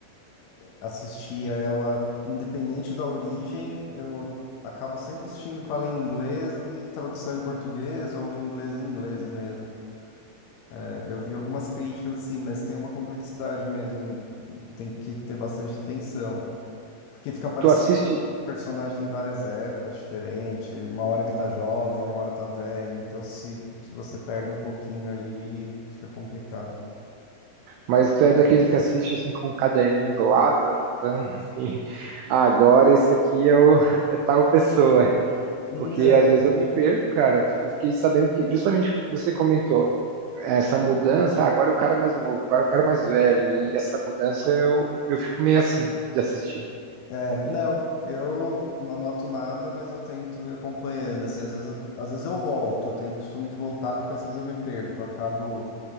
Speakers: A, on the left; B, on the right.
A: assistia ela, independente da origem, eu acabo sempre assistindo com ela em inglês e tradução em português ou inglês em inglês mesmo. É, eu vi algumas críticas assim, mas tem uma complexidade mesmo, tem que ter bastante atenção, porque fica aparecendo
B: Tu assiste,
A: personagem em várias épocas diferentes, uma hora ele tá jovem, uma hora tá velho, então se se você perde um pouquinho ali, fica complicado.
B: mas tu é daqueles que assiste assim com um caderninho do lado, anotando assim. <laughs> "Ah, Agora esse aqui é o é tal pessoa.
A: Não.
B: Porque às vezes eu me perco, cara. Eu fiquei sabendo que, justamente o que você comentou, essa mudança, ah, agora é o cara mais novo, agora é o cara mais velho. E essa mudança eu, eu fico meio assim de assistir.
A: É, não, eu não anoto nada, mas eu tento ir acompanhando, assim, às vezes eu, às vezes eu volto, eu tenho o costume de voltar porque às vezes eu me perco, eu acabo,